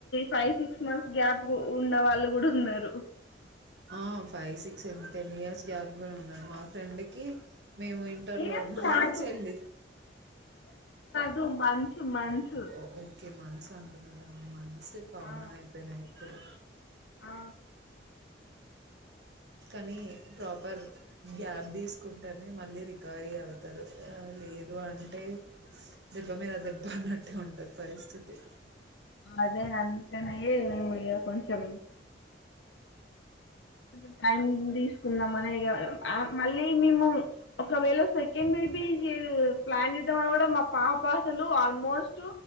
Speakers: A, on the left; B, on the right.
A: ఫైవ్ సిక్స్ మంత్స్ గ్యాప్ ఉన్నవాళ్ళు కూడా ఉన్నారు
B: ఆ five six ten years gap కూడా ఉన్నారు మా ఫ్రెండ్ కి మేము ఇంటర్
A: ఇయర్స్
B: లో ఉన్నప్పుడు
A: కాదు
B: చెల్లి
A: టు మంత్స్ మంత్స్
B: ఓ ఓకె మంత్స్ అంటున్నార మంత్స్ కామన్
A: ఆ
B: అయిపోయినా ఇప్పుడు
A: ఆ
B: కానీ ప్రాపర్ గ్యాప్ తీసుకుంటేనే మళ్ళీ రికవరీ అవుతారు లేదు అంటే దెబ్బ మీద దెబ్బ ఉన్నట్టే ఉంటంది పరిస్థితి
A: అదే ననకనేయే కొంచం అది ప్లాన్ ఏంది కుందాం అనేఈగ మళ్ళీ మేము ఒకవేళ సెకండ్ బేబీ ఇర్ ప్లాన్ చేద్దాం అన్న మా పాప అసలు ఆల్మోస్ట్